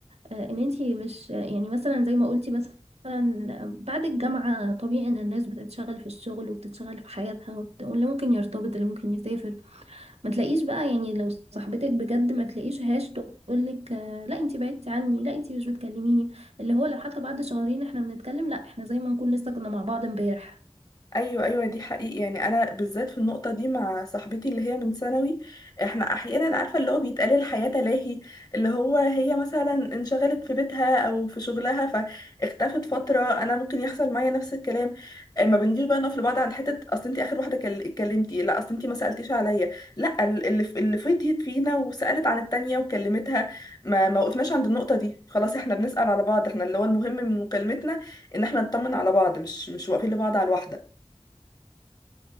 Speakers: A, on the right; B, on the left.
A: آه، ان انتي مش يعني مثلا زي ما قلتي مثلا بعد الجامعة طبيعي إن الناس بتتشغل في الشغل وبتتشغل في حياتها وبت- واللي ممكن يرتبط اللي ممكن يسافر ما تلاقيش بقى يعني لو صاحبتك بجد ما تلاقيش هاش تقولك آه، لا انتي بعدتي عني لا انتي مش بتكلميني اللي هو لو حتى بعد شهرين احنا بنتكلم لا احنا زي ما نكون لسه كنا مع بعض امبارح
B: ايوه ايوه دي حقيقي يعني انا بالذات في النقطه دي مع صاحبتي اللي هي من ثانوي احنا احيانا عارفه اللي هو بيتقال الحياه تلاهي اللي هو هي مثلا انشغلت في بيتها او في شغلها فاختفت فتره انا ممكن يحصل معايا نفس الكلام آه، ما بنجيش بقى نقف لبعض عن حته اصل انت اخر واحده كل- اتكلمتي لا اصل انت ما سالتيش عليا لا ال- اللي ف- اللي فتيت فينا وسالت عن التانيه وكلمتها ما ما وقفناش عند النقطه دي خلاص احنا بنسال على بعض احنا اللي هو المهم من مكالمتنا ان احنا نطمن على بعض مش مش واقفين لبعض على الواحده